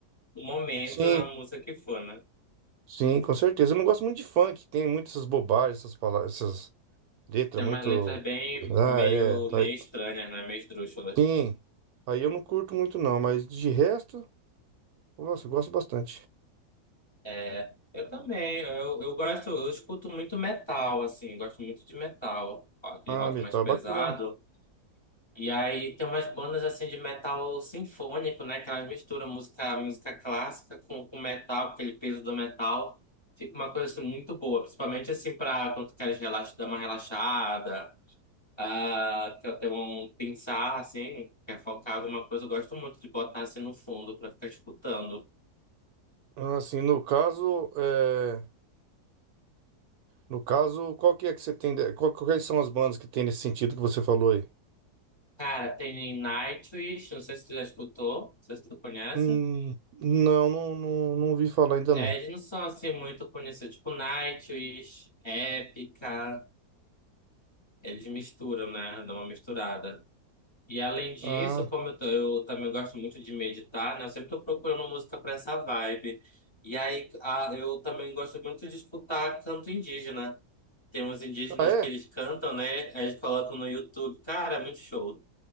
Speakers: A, on the left (about 20°); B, on the right (about 70°).
A: o momento,
B: Sim.
A: a música que for, né?
B: Sim, com certeza. Eu não gosto muito de funk, tem muitas essas bobagens, essas palavras, essas letras
A: Tem
B: muito.
A: umas letras bem
B: Ah,
A: meio,
B: é. tá
A: meio
B: aí.
A: estranhas, né? Meio esdrúxulas.
B: Sim. Aí eu não curto muito não, mas de resto, nossa, eu gosto bastante.
A: É, eu também. Eu, eu gosto, eu escuto muito metal, assim, gosto muito de metal. Aquele
B: Ah,
A: rock
B: metal
A: mais pesado.
B: é bacana.
A: E aí tem umas bandas assim de metal sinfônico, né? Que elas misturam música, música clássica com, com metal, com aquele peso do metal. Fica uma coisa assim, muito boa, principalmente assim pra quando tu queres relax, dar uma relaxada, ah, quer ter um pensar assim, quer focar alguma coisa. Eu gosto muito de botar assim no fundo pra ficar escutando.
B: Ah, Assim, no caso, é... no caso, qual que é que você tem, de- qual- quais são as bandas que tem nesse sentido que você falou aí?
A: Cara, tem Nightwish, não sei se tu já escutou, não sei se tu conhece.
B: Hum, não, não, não, não vi falar ainda
A: É,
B: não.
A: eles não são assim muito conhecidos, tipo Nightwish, Epica. Eles misturam, né? dá uma misturada. E além disso,
B: Ah,
A: como eu, tô- eu também gosto muito de meditar, né? Eu sempre tô procurando música para essa vibe. E aí, a- eu também gosto muito de escutar canto indígena. Tem uns indígenas
B: ah é?
A: que eles cantam, né? aí Eles colocam no YouTube. Cara, é muito show.